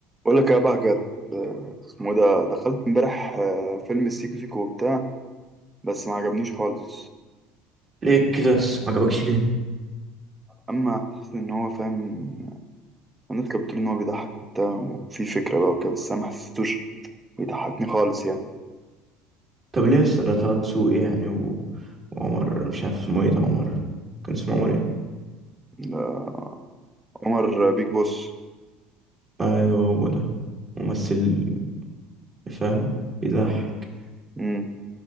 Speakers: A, on the right; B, on the right.
A: بقول لك يا بهجت آه، اسمه إيه ده دخلت امبارح آه، فيلم السيكو سيكو وبتاع بس ما عجبنيش خالص
B: ليه كده بس ما عجبكش ليه
A: اما حسيت ان هو فاهم الناس كانت بتقول ان هو بيضحك وبتاع وفي فكره بقى وكده بس انا ما حسيتوش بيضحكني خالص يعني
B: طب ليه بس ده طه دسوقي يعني و... وعمر مش عارف اسمه ايه ده عمر كان اسمه عمر ايه
A: آه، عمر آه، بيج بوس
B: ايوه هو ده ممثل فاهم بيضحك
A: مم.